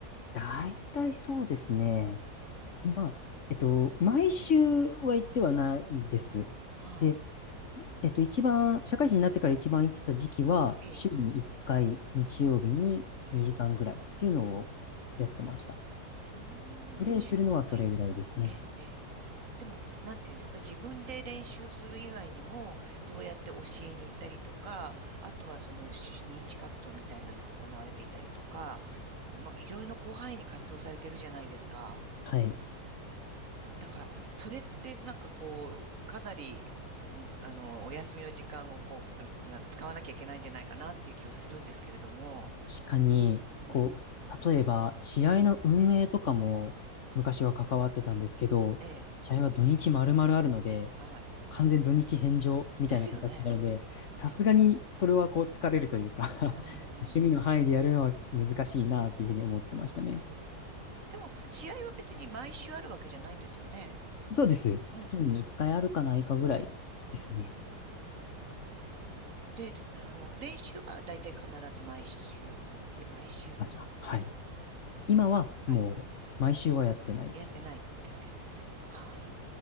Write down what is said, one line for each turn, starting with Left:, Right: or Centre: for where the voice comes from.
Left: 大体そうですね。まあ、えっと、毎週は行ってはないです。
Right: はい。
Left: で、えっと、一番、社会人になってから一番行ってた時期は、
Right: ええ。
Left: 週に1回、日曜日に2時間ぐらいっていうのをやってました。
Right: はい。うーん、
Left: プレイするのはそれぐらいですね。
Right: 週、はい。ええ。ええでも、なんていうんですか、自分で練習する以外にも、そうやって教えに行ったりとか、あとはそのし認知活動みたいなのも行われていたりとか、まあ、いろいろな広範囲に活動されてるじゃないですか。
Left: はい。
Right: だから、それってなんかこう、かなり、うん、あの、お休みの時間をこう、うんなんか使わなきゃいけないんじゃないかなっていう気はするんですけれども、
Left: 確かに、
Right: うん、
Left: こう、例えば、試合の運営とかも昔は関わってたんですけど、
Right: ええ、
Left: 試合は土日丸々あるので、
Right: はい。
Left: 完全土日返上みたいな形になるので、
Right: ですよね。うん、
Left: さすがにそれはこう疲れるというか <laughs>
Right: うん、うん、
Left: 趣味の範囲でやるのは難しいなというふうに思ってましたね。
Right: うん。うんでも、試合は別に毎週あるわけじゃないんですよね。
Left: そうです。
Right: うん。
Left: 月に1回あるかないかぐらいですね。
Right: うーん。で、であの、練習はだいたい必ず毎週って、毎週
Left: ましたはい。今はもう毎週はやってないです。
Right: か、はい、やってないですけれどもね。はい。